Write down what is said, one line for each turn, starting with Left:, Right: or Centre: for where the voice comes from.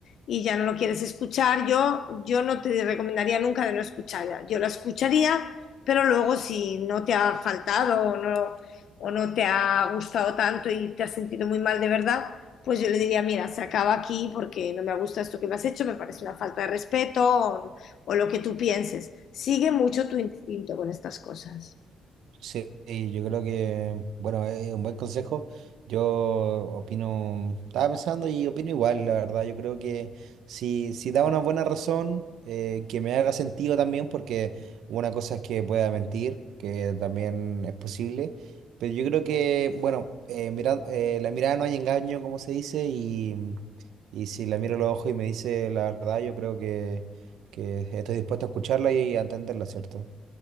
Left: y ya no lo quieres escuchar, yo, yo no te recomendaría nunca de no escucharla. Yo la escucharía, pero luego si no te ha faltado o no, o no te ha gustado tanto y te has sentido muy mal de verdad, pues yo le diría, mira, se acaba aquí porque no me gusta esto que me has hecho, me parece una falta de respeto o, o lo que tú pienses. Sigue mucho tu instinto con estas cosas.
Right: Sí, y yo creo que, bueno, es un buen consejo. Yo opino, estaba pensando y opino igual, la verdad. Yo creo que si, si da una buena razón, eh, que me haga sentido también, porque una cosa es que pueda mentir, que también es posible. Pero yo creo que, bueno, eh, mira- eh, la mirada no hay engaño, como se dice, y, y si la miro a los ojos y me dice la verdad, yo creo que, que estoy dispuesto a escucharla y a entenderla, ¿cierto?